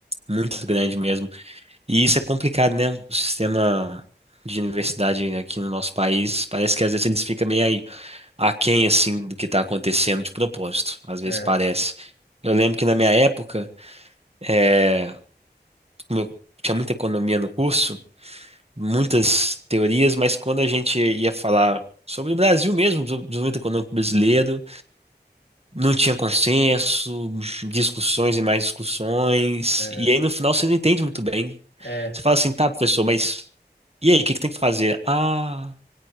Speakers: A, on the right; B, on the left.
A: muito
B: é,
A: grande mesmo. E isso é complicado, né? O sistema de universidade aqui no nosso país, parece que às vezes eles ficam meio aí aquém, assim, do que está acontecendo de propósito. Às vezes
B: é,
A: parece. Eu lembro que na minha época, é, como eu tinha muita economia no curso, muitas teorias, mas quando a gente ia falar sobre o Brasil mesmo, do desenvolvimento econômico brasileiro, não tinha consenso, discussões e mais discussões,
B: é,
A: e aí no final você não entende muito bem
B: é,
A: Você fala assim, tá, professor, mas e aí, o que que tem que fazer? Ah,